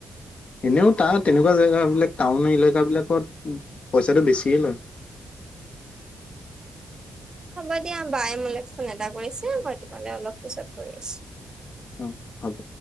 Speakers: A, on the left (about 50°); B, on the right (about 25°).
A: এনেও তাৰ তেনেকুৱা জেগাবিলাক টাউন এলেকাবিলাক পইচাটো বেছিয়ে লয়।
B: হ'ব দিয়া বায়ে মোলৈ ফোন এটা কৰিছে মই তোমালৈ অলপ পিছত কৰি আছো।
A: অ হব।